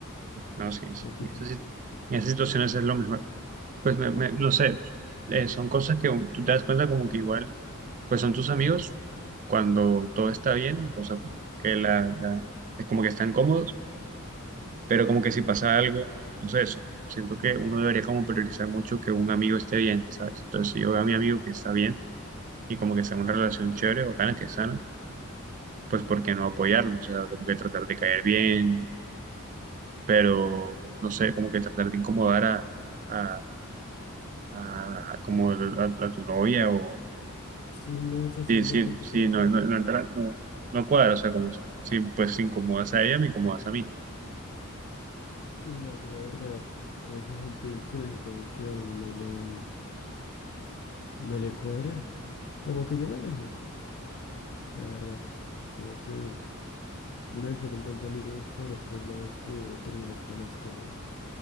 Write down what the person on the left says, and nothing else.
me piso.
Sí, no, se hace
en un
ambiente
todo
raro.
Sí, no, yo la verdad, con esa gente del colegio como que a uno no le, no le cuadra. Como que yo me alejé, la verdad. Como que uno después encuentra amigos por otros lados que uno termina hasta más cómodo.